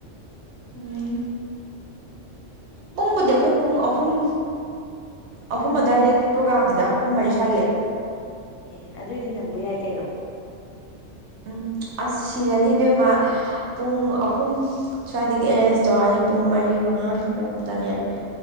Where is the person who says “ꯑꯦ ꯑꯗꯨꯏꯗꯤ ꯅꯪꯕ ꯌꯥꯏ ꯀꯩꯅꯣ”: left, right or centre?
Left